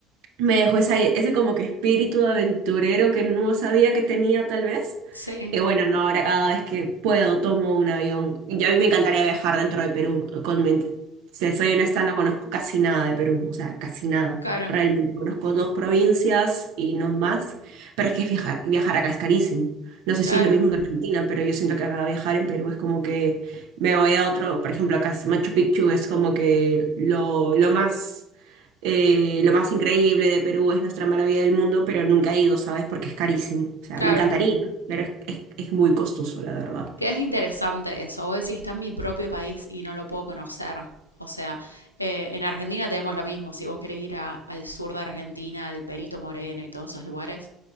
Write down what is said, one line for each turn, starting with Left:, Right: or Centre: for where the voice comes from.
Right: me dejó esa- ese como que espíritu aventurero que no sabía que tenía tal vez.
Left: Sí,
Right: Y bueno, no, ahora cada vez que puedo tomo un avión. Y a mí me encantaría viajar dentro de Perú. Con, mi- si soy honesta, no conozco casi nada de Perú, o sea, casi nada.
Left: claro,
Right: Realmente conozco dos provincias y no más, pero es que es viajar, viajar acá es carísimo. No sé
Left: claro,
Right: si es lo mismo en Argentina, pero yo siento que acá viajar en Perú es como que me voy a otro, por ejemplo, acá es Machu Picchu es como que lo, lo más eh, lo más increíble de Perú es nuestra maravilla del mundo, pero nunca he ido, ¿sabes? Porque es carísimo. O sea,
Left: claro.
Right: me encantaría, pero es, es- es muy costoso, la verdad.
Left: Que es interesante eso. Vos decís, está en mi propio país y no lo puedo conocer. O sea, eh, en Argentina tenemos lo mismo. Si vos querés ir a- al sur de Argentina, al Perito Moreno y todos esos lugares,